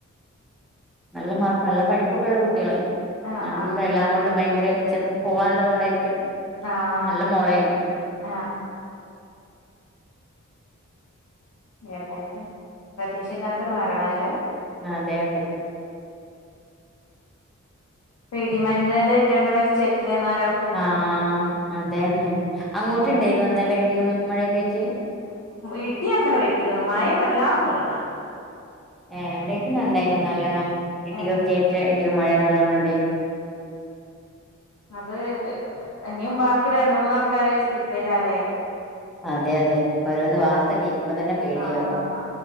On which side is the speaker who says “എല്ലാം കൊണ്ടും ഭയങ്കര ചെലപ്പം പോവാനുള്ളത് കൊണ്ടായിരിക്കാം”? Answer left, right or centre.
Centre